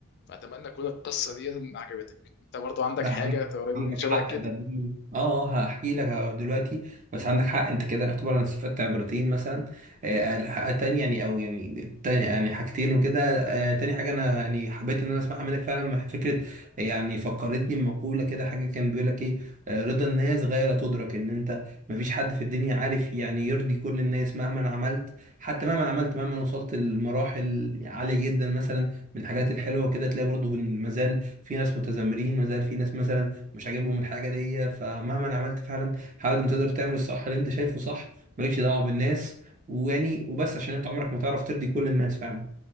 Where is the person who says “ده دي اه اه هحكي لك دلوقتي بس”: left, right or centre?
Right